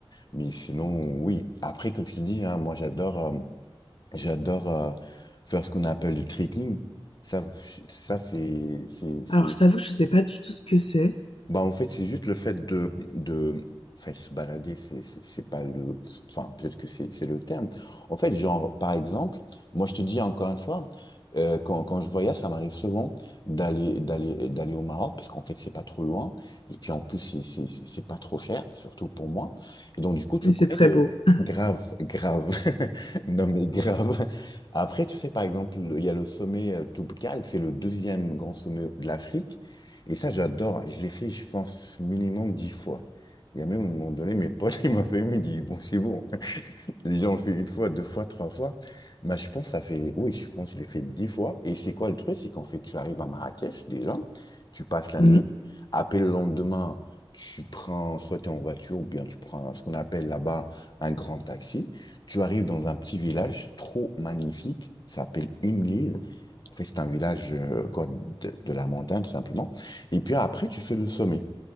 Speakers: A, on the left; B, on the left.
A: Mais sinon, oui. Après, comme je te dis, hein, moi j'adore euh, j'adore euh, faire ce qu'on appelle le trekking. Ça, je- ça c'est c'est- c'est-
B: Alors, je t'avoue, je sais pas du tout ce que c'est.
A: bah, en fait, c'est juste le fait de, de, enfin, se balader, c'est c'est- c'est pas le, enfin, peut-être que c'est c'est le terme. En fait, genre, par exemple, moi, je te dis encore une fois, euh, quand, quand je voyage, ça m'arrive souvent d'aller, d'aller, d'aller au Maroc, parce qu'en fait, c'est pas trop loin, et puis en plus, c'est c'est- c'est- c'est pas trop cher, surtout pour moi. Et donc, du coup, tu
B: mais
A: connais
B: c'est très
A: le
B: beau. <laughs>
A: grave, grave, <laughs> non mais grave. Après, tu sais, par exemple, il y a le sommet euh, Toubkal, c'est le deuxième grand sommet de l'Afrique. Et ça, j'adore. Je l'ai fait, je pense, minimum dix fois. Il y a même un moment donné, mes potes, <laughs> ils m'ont fait, ils m'ont dit, bon, c'est bon. Les gens le fait une fois, deux fois, trois fois. Bah, je pense que ça fait, oui, je pense que je l'ai fait dix fois. Et c'est quoi le truc? C'est qu'en fait, tu arrives à Marrakech déjà, tu passes la
B: Mhm.
A: nuit. Après le lendemain, tu prends, soit tu es en voiture ou bien tu prends ce qu'on appelle là-bas un grand taxi. Tu arrives dans un petit village trop magnifique, ça s'appelle Imlil. En fait, c'est un village euh, quoi, de, de la montagne, tout simplement. Et puis après, tu fais le sommet.